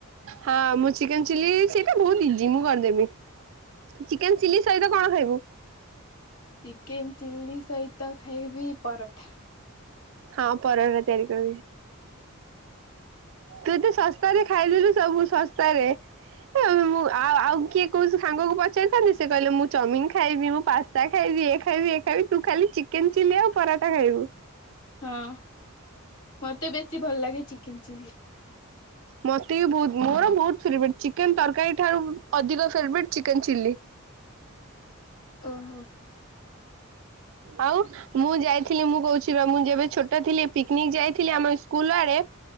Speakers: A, on the right; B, on the left.
A: ହଁ ମୁଁ ଚିକେନ ଚିଲ୍ଲି ସେଇଟା ବହୁତ ଇଜି ମୁଁ କରିଦେବି। ଚିକେନ ଚିଲ୍ଲି ସହିତ କଣ ଖାଇବୁ?
B: ଚିକେନ ଚିଲ୍ଲି ସହିତ ଖାଇବି ପରଠା।
A: ହଁ ପରଟା ତିଆରି କରିବି। ତୁ ତ ଶସ୍ତାରେ ଖାଇଦେଲୁ ସବୁ ଶସ୍ତାରେ। ମୁଁ ଆଉ ଆଉ କିଏ କୋଉ ସାଙ୍ଗକୁ ପଚାରିଥାନ୍ତି ସେ କହିଲେ ମୁଁ ଚଉମିନ ଖାଇବି ମୁଁ ପାସ ତା ଖାଇବି ଏ ଖାଇବି ଏ ଖାଇବି ତୁ ଖାଲି ଚିକେନ ଚିଲ୍ଲି ଆଉ ପରାଠା ଖାଇବୁ।
B: ହଁ ମତେ ବେଶୀ ଭଲ ଲାଗେ ଚିକେନ ଚିଲ୍ଲି।
A: ମତେ ବି ବହୁତ ମୋର ବହୁତ ଫେବରେଟ୍ ଚିକେନ ତରକାରୀ ଠାରୁ ଅଧିକ ଫେବରେଟ୍ ଚିକେନ ଚିଲ୍ଲି।
B: ଓହୋ।
A: ଆଉ। ମୁଁ ଯାଇଥିଲି ମୁଁ କହୁଛି ବା ମୁଁ ଯେବେ ଛୋଟ ଥିଲି ପିକନିକ ଯାଇଥିଲି ଆମ ସ୍କୁଲ ଆଡେ।